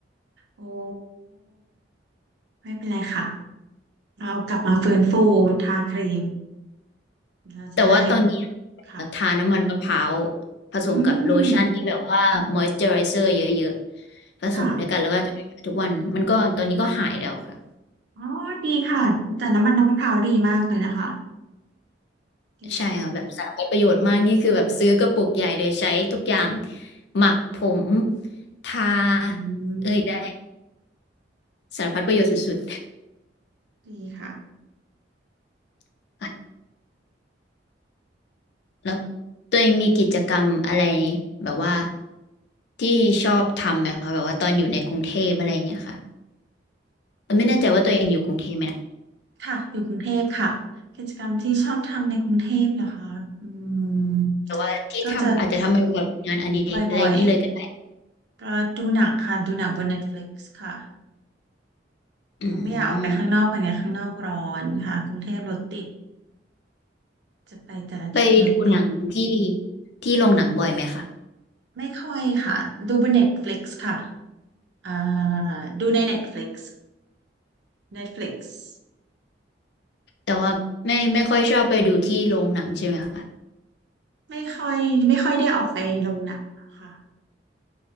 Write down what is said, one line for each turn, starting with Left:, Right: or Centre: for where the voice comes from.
Right: โอ้ ไม่เป็นไรค่ะเรากลับมาฟื้นฟูทาครีมเราจะได้
Left: แต่ว่าตอนนี้
Right: ค่ะ
Left: ทาน้ำมันมะพร้าวผสมกับโลชั่นที่แบบว่าม
Right: อืม
Left: o อยเจอไรเซอร์เยอะๆผสมด้วยกันแล้วก็ทาทุกวันมันก็ตอนนี้ก็หายแล้วค่ะ
Right: ค่ะ อ๋อ ดีค่ะ แต่น้ำมันน้ำมะพร้าวดีมากเลยนะคะ ดีค่ะ
Left: ใช่ค่ะแบบสารพัดประโยชน์มากนี่คือแบบซื้อกระปุกใหญ่เลยใช้ทุกอย่างหมักผมทา
Right: อื
Left: เอ่ยใด
Right: ม
Left: สารพัดประโยชน์สุด
Right: ดีค่ะ
Left: ๆอ่ะแล้วตัวเองมีกิจกรรมอะไรแบบว่าที่ชอบทำไหมคะแบบว่าตอนอยู่ในกรุงเทพอะไรอย่างเงี้ยค่ะไม่แน่ใจว่าตัวเองอยู่กรุงเทพไหมนะ
Right: ค่ะอยู่กรุงเทพค่ะกิจกรรมที่ชอบทำในกรุงเทพเหรอคะอืม
Left: แต่ว่าที่ทำอาจจะทำเป็นแบบงานอดิเรกอะไรอย่างนี้เลยก็ได้
Right: ก็จะบ่อยๆก็ดูหนังค่ะดูหนังบนเน็ตฟลิก i ์ค่ะ
Left: อื
Right: เพราะไม่อยากออกไปข้างนอกไปไงข้างนอกร้อนค่ะกรุงเทพรถติด
Left: ม
Right: จะไปแต่ละที่รถติด
Left: ไปดูหนังที่ที่โรงหนังบ่อยไหมคะ
Right: ไม่ค่อยค่ะดูบนเน็ต e t ิก i ์ค่ะอ่าดูในเน็ตฟลิก t f เ i ็ n ฟลิ l i ์
Left: แต่ว่าไม่ไม่ค่อยชอบไปดูที่โรงหนังใช่ไหมคะ
Right: ไม่ค่อยไม่ค่อยได้ออกไปลงหนังค่ะ